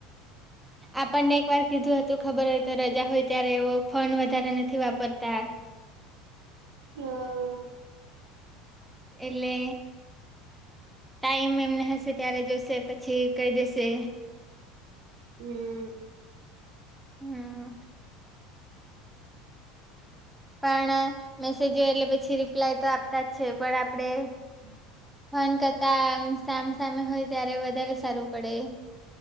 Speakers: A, in the centre; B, on the right.
A: આપણને એક વાર કીધું હતું ખબર હોય તો રજા હોય ત્યારે એવો ફોન વધારે નથી વાપરતા
B: હા
A: એલે ટાઈમ એમને હશે ત્યારે જોશે પછી કહી દેશે
B: હમ
A: હમ પણ મેસેજો એટલે પછી રિપ્લાય તો આપતા જ છે પણ આપડે
B: હમ
A: ફોન કરતામ સામ સામે હોય ત્યારે વધારે સારું પડે